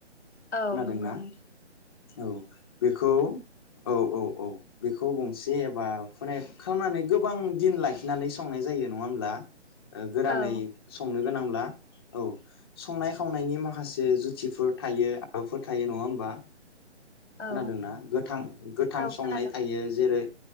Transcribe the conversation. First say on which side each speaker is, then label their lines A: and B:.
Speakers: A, on the left (about 70°); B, on the left (about 20°).
A: औ
B: खोनादोंना
A: नंगौ नोंथां
B: औ बेखौ औ औ औ बेखौ गंसे एबा माने खालामनानै गोबां दिन लाखियो नानै संनाय जायो नङा होमब्ला गोरानै
A: औ
B: संनो गोनांब्ला औ संनाय खावनायनि माखासे जुथिफोर थायो आदबफोर थायो नङा होमबा
A: औ
B: खोनादोंना गोथां गोथां
A: औ
B: संनाय
A: खोनादों
B: थायो जेरै